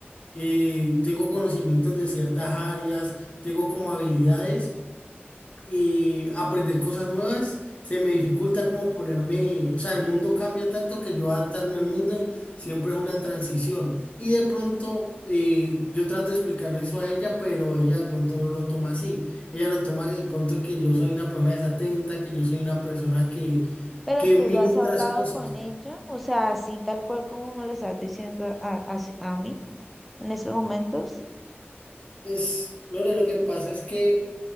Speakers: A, on the left; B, in the centre.
A: eh, tengo conocimientos de ciertas áreas, tengo como habilidades y aprender cosas nuevas, se me dificulta como ponerme, o sea, el mundo cambia tanto que yo adaptarme al mundo siempre es una transición. Y de pronto eh, yo trato de explicarle eso a ella, pero ella de pronto no lo toma así. Ella lo toma de pronto que yo soy una persona desatenta, que yo soy una persona que,
B: pero
A: que
B: tú
A: mira
B: lo has hablado
A: otras cosas.
B: con ella, o sea, así tal cual como me lo estás diciendo a, a- a mí en estos momentos,
A: Pues, Lore, lo que pasa es que